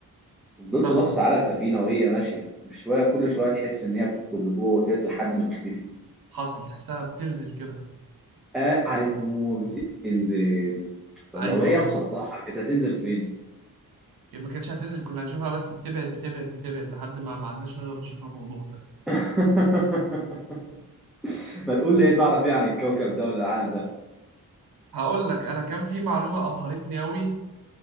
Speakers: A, in the centre; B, on the right.
A: وفضلت
B: فاهمك
A: بص على سفينه وهي ماشيه مش شويه كل شويه تحس ان هي بتدخل لجوه كده لحد ما تختفي
B: حصل تحسها بتنزل كده
A: آه عليك نور بتنزل طب
B: ايوه
A: لو هي
B: اه
A: مسطحه كانت هتنزل فين
B: ما كانتش هتنزل كنا هنشوفها بس بتبعد بتبعد بتبعد لحد ما ما عدناش نقدر نشوفها بوضوح بس
A: <laughs> ما تقول لي ايه تعرف ايه عن الكوكب ده ولا العالم ده
B: هقول لك انا كان في معلومه ابهرتني قوي